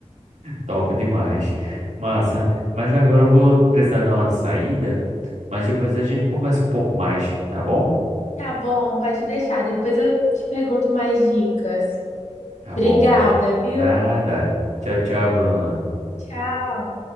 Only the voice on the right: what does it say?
top demais. Massa. Mas agora eu vou precisar dar uma saída, mas depois a gente conversa um pouco mais, tá bom?
Tá bom.
Nada. Tchau, tchau, Bruna.